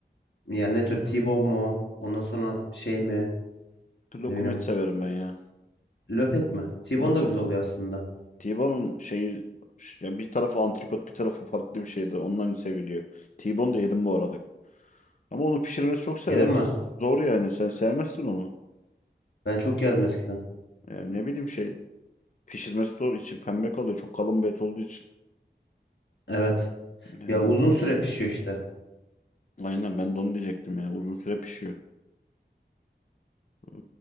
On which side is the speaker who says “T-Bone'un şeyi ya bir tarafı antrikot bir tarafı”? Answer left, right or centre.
Left